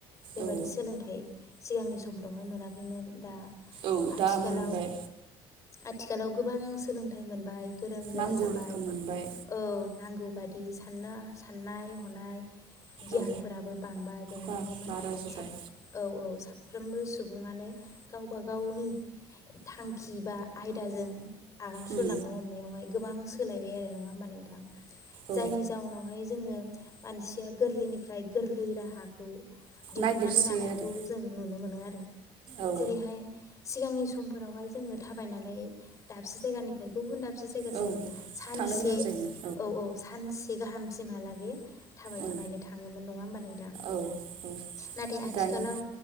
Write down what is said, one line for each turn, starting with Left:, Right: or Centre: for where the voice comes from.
Left: बेबादि
Right: औ
Left: सोलोंथाइ सिगांनि समफ्रावहाय मोनाखैमोन दा
Right: औ
Left: आथिखालाव
Right: दा मोनबाय
Left: आथिखालाव गोबां सोलोंथाइ मोन बाय गोरों गोरा
Right: नांगौ
Left: जाबाय
Right: रोखोम मोनबाय
Left: औ नांगौ बादि साननो साननाय हनाय गियानफोराबो
Right: औ
Left: बांबाय बेनिखायनो
Right: बा
Left: मा
Right: बारा जाबाय
Left: साब औ औ साब साफ्रोमबो सुबुङानो गावबा गावनि थां खिबा आयदाजों आगान सुरलांनो
Right: उम
Left: हमनायावहाय गोबां सोलायबाय आरो नङा होमबा नोंथां जायनि
Right: औ
Left: जाउनावहाय जोङो मानसिया गोरलैनिफ्राय गोरलै राहाखौ दिहुननानै
Right: नागिरसै
Left: लानायखौ
Right: आरो
Left: जों नुनो मोनो आरो रो
Right: औ
Left: जेरैहाय सिगांनि स समफोरावहाय जोङो थाबायनानै दाबसे जायगानिफ्राय गुबुन दाब से जायगासिम
Right: औ
Left: सानसे
Right: थांनो गोनां जायोमोन
Left: औ औ सानसे गाहाम सिम हा लागै थाबाय
Right: औ
Left: थाबायनो थाङोमोन नङा होमबा नोंथां
Right: औ औ
Left: नाथाय आथिखालाव
Right: दानि